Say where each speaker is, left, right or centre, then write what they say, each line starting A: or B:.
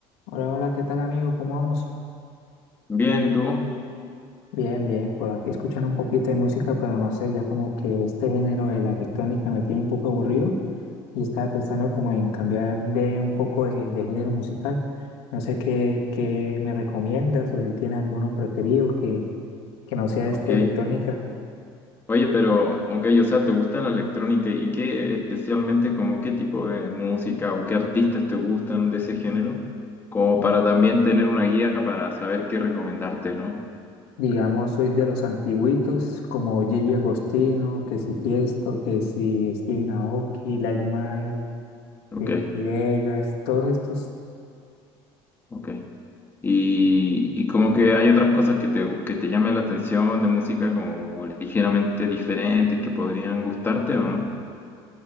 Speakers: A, on the left (about 80°); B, on the left (about 15°).
A: Hola, hola, ¿qué tal amigo? ¿Cómo vamos?
B: Bien, ¿y tú?
A: Bien, bien, por aquí escuchando un poquito de música, pero no sé, ya como que este género de la electrónica me tiene un poco aburrido y estaba pensando como en cambiar de un poco de, de género musical. No sé qué, qué me recomiendas o si tienes alguno preferido que, que no sea este
B: Ok.
A: de electrónica.
B: Oye, pero, ok, o sea, ¿te gusta la electrónica? ¿Y qué especialmente, como qué tipo de música o qué artistas te gustan de ese género? Como para también tener una guía para saber qué recomendarte, ¿no?
A: Digamos, soy de los antiguitos, como Gigi Agostino, que si Tiesto, que si Steven Aoki, Like Mike,
B: Ok,
A: Dimitri Vegas, todos estos.
B: ok. Y, y como que hay otras cosas que te, que te llamen la atención de música como ligeramente diferentes que podrían gustarte o no.